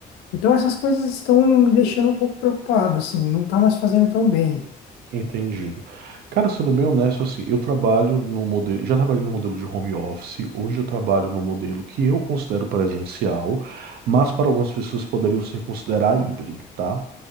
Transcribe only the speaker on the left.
Então essas coisas estão me deixando um pouco preocupado, assim, não está mais fazendo tão bem.